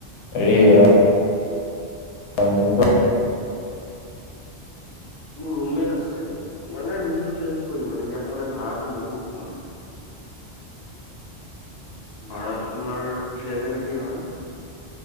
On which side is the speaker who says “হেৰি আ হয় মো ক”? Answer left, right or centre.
Left